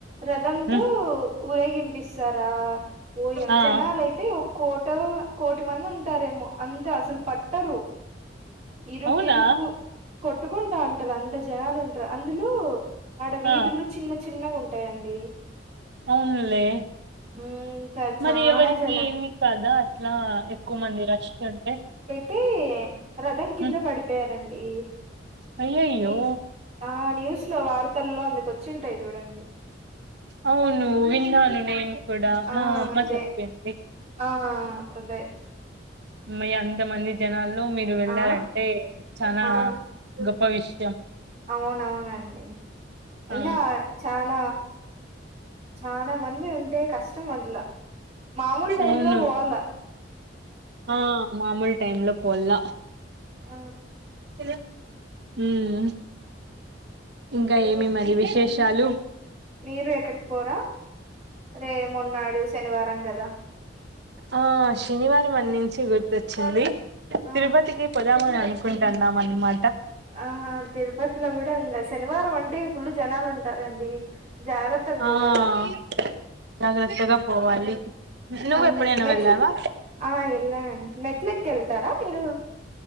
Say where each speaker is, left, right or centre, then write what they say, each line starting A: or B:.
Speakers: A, on the right; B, on the right.
A: రథంతో
B: మ్మ్.
A: ఊరేగి పంపిస్తారా ఒయ ఓ
B: ఆ
A: జనాలు అయితే ఒ కో ట్ కోటి మంది ఉంటారేమో, అంత అసలు పట్టరు. ఇరుకిరుకు
B: అవునా
A: కొట్టుకుంటాంటారు. అంత జనాలు ఉంటారు. అందులో, ఆడ వీధులు
B: ఆ
A: చిన్న చిన్నగా ఉంటాయండి.
B: అవునులే,
A: మ్మ్ ఇంకా చానా
B: మరి ఎవరికి
A: జన
B: ఏమి కాదా? అట్లా ఎక్కువ మంది రష్ ఉంటే!
A: తే రథం కింద
B: ఉమ్,
A: పడిపోయారండి.
B: అయ్యయ్యో
A: ని ఆ న్యూస్ లో, వార్తల్లో అందుకు వచ్చింటాయి చూడండి.
B: అవును విన్నాను నేను కూడ.
A: ఆ
B: మా అమ్మ
A: అదే
B: చెప్పింది.
A: ఆ అదే.
B: హమయ్య అంతమంది జనాల్లో మీరు వెళ్ళారంటే,
A: ఆ
B: చాన
A: ఆ
B: గొప్ప విష్
A: అవునవునండి. అయినా
B: ఆ
A: చాల చాన మంది ఉంటే కష్టం అట్ల. మామూలు టైమ్
B: అవును
A: లో పోవాల.
B: ఆ మామూలు టైమ్ లో పోల్ల.
A: ఆ
B: య మ్. ఇంకా ఏమి మరి విశేషాలు?
A: మీరు ఎక్కడికి పోరా? రే మొన్నాడు శనివారం కదా!
B: ఆ శనివారం అన్నించి గుర్తొచ్చింది.
A: ఆ
B: తిరుపతికి పొదామని అను నుకుంటాన్నామండీ మ
A: ఆహా తిరుపతిలో కూడ ఇంగ శనివారం అన్ టే ఫుల్ జనాలు ఉంటారండి. జాగ్రత్తగ
B: ఆ
A: పోవాల.
B: జాగ్రత్తగా పోవాలి. నువ్వు
A: హ
B: ఎప్పుడైనా
A: మెట్ల
B: వెళ్ళావా
A: ఆ ఎలానండి మెట్లక్ కల్తారు రా మీరు